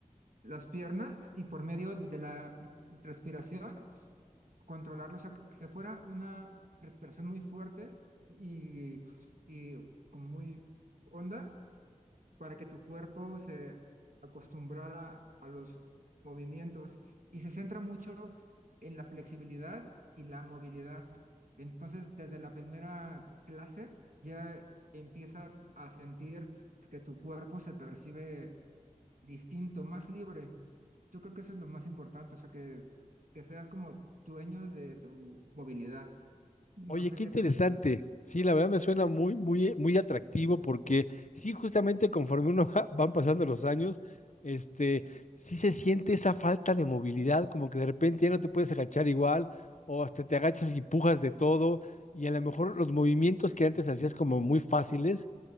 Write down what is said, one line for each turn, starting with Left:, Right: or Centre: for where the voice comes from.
Right: las piernas y por medio de la respiración controlarlo, o sea, que fuera una respiración muy fuerte y, y como muy honda para que tu cuerpo se acostumbrara a los movimientos y se centra mucho en la flexibilidad y la movilidad. Entonces, desde la primera clase ya empiezas a sentir que tu cuerpo se percibe distinto, más libre. Yo creo que eso es lo más importante, o sea, que, que seas como dueño de tu movilidad. No
Left: Oye,
Right: sé
Left: qué
Right: qué
Left: interesante.
Right: te parece.
Left: Sí, la verdad me suena
Right: Sí,
Left: muy, muy, muy atractivo porque sí, justamente conforme uno <laughs> va- van pasando los años, este, sí se siente esa falta de movilidad, como que de repente ya no te puedes agachar igual, o hasta te agachas y pujas de todo, y a lo mejor los movimientos que antes hacías como muy fáciles,